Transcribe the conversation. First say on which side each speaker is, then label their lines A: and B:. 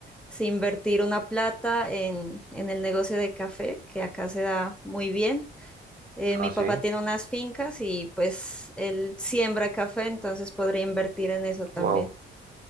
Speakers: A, in the centre; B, on the right.
A: si invertir una plata en, en el negocio de café, que acá se da muy bien. Eh, mi
B: Ah,
A: papá
B: sí.
A: tiene unas fincas y pues él siembra café, entonces podría invertir en eso también.
B: Wow.